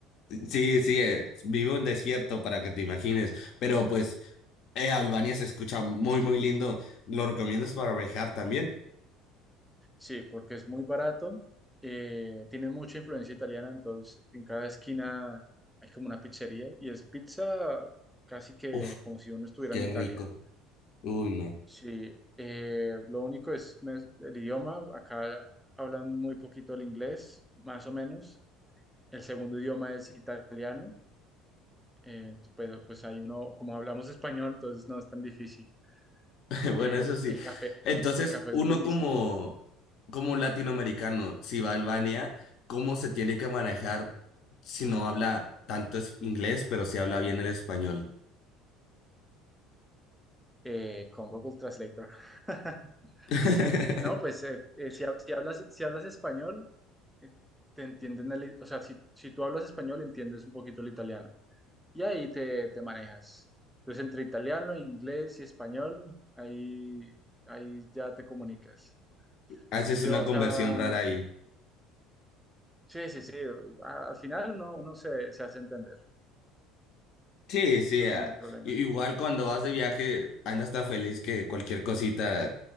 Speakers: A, on the left; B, in the centre.
A: Sí, sí, eh, vivo en desierto para que te imagines, pero pues eh, Albania se escucha muy, muy lindo. ¿Lo recomiendas para viajar también?
B: Sí, porque es muy barato. eh, tienen mucha influencia italiana, entonces en cada esquina hay como una pizzería y es pizza casi que
A: Uf,
B: como si uno estuviera
A: qué
B: en Italia.
A: rico. Uy, no.
B: Sí, eh, lo único es me- el idioma. Acá hablan muy poquito el inglés, más o menos. El segundo idioma es italiano, eh, ent- pero pues ahí uno, como hablamos español, entonces no es tan difícil.
A: <laughs> Bueno,
B: Eh,
A: eso sí.
B: el café,
A: Entonces,
B: el café
A: uno
B: es buenísimo
A: como, como latinoamericano, si va a Albania, ¿cómo se tiene que manejar si no habla tanto es- inglés, pero si habla bien el español?
B: eh, con Google Translator. <laughs>
A: <laughs>
B: No, pues eh, eh, si, ha- si hablas, si hablas español, eh, te entienden el, i- o sea, si, si tú hablas español, entiendes un poquito el italiano y ahí te, te manejas. Entonces, entre italiano, inglés y español, ahí, ahí ya te comunicas.
A: Haces
B: Yo llevo
A: una
B: acá,
A: conversión rara ahí.
B: sí, sí, sí, a- al final uno, uno se, se hace entender,
A: Sí, sí,
B: entonces
A: ah,
B: no hay problema.
A: i- igual cuando vas de viaje andas tan feliz que cualquier cosita